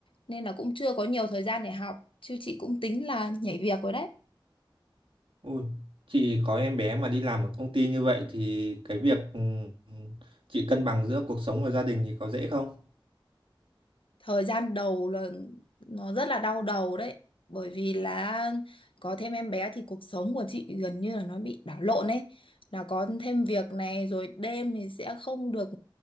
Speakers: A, on the left; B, on the right.
A: nên là cũng chưa có nhiều thời gian để học chứ chị cũng tính là nhảy việc rồi đấy
B: Ui, chị có em bé mà đi làm ở công ty như vậy thì cái việc ừ, ừ, chị cân bằng giữa cuộc sống và gia đình thì có dễ không?
A: thời gian đầu là nó rất là đau đầu đấy bởi vì là có thêm em bé thì cuộc sống của chị gần như là nó bị đảo lộn ấy là có thêm việc này rồi đêm thì sẽ không được